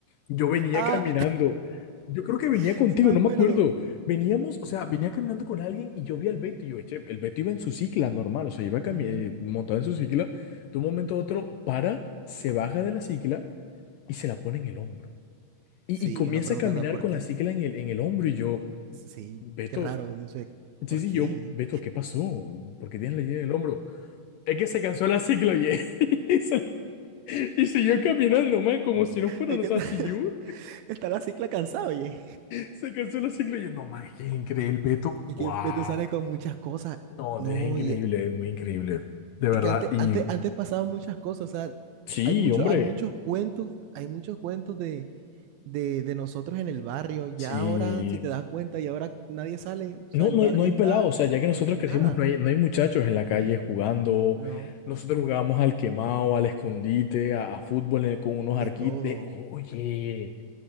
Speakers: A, on the left (about 75°); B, on the right (about 75°).
A: yo venía
B: Ah,
A: caminando. Yo creo que venía
B: <laughs>
A: contigo,
B: sí me
A: no
B: acuerdo.
A: me acuerdo. Veníamos, o sea, venía caminando con alguien y yo vi al Beto y yo, eche. el Beto iba en su cicla normal, o sea, iba cami-
B: Ujú.
A: eh, montado en su cicla. De un momento a otro, para, se baja de la cicla y se la pone en el hombro. Y,
B: Sí,
A: y comienza
B: uno preguntando
A: a caminar
B: por
A: con
B: qué.
A: la cicla en el, en el hombro y yo,
B: Sí,
A: Beto,
B: qué raro, no sé,
A: sí,
B: ¿por
A: sí,
B: qué?
A: yo, Beto, ¿qué pasó? ¿Por qué tienes la idea en el hombro? Es que se cansó la cicla, oye. <laughs> Y siguió caminando, man, como si no fueran
B: Es
A: los
B: que
A: ACU.
B: <laughs> está la cicla cansada, oye.
A: Se cansó la cicla y yo, no, man, qué increíble, Beto.
B: Es
A: Wow.
B: que Beto sale con muchas cosas.
A: No,
B: No,
A: es increíble,
B: y e-
A: es muy increíble. De verdad.
B: es que antes,
A: Y
B: antes, antes pasaban muchas cosas. O sea,
A: sí,
B: hay mucho,
A: hombre,
B: hay muchos cuentos, hay muchos cuentos de, de, de nosotros en el barrio. Ya
A: sí.
B: ahora, si te das cuenta, y ahora nadie sale. O
A: No,
B: sea, el
A: no
B: barrio
A: hay, no hay
B: está
A: pelados. O sea, ya que nosotros crecimos,
B: nada.
A: no hay, no hay muchachos en la calle jugando.
B: N- No,
A: Nosotros jugábamos al quemado, al escondite, a, a fútbol eh, con unos
B: de
A: arquites.
B: todo.
A: Oye,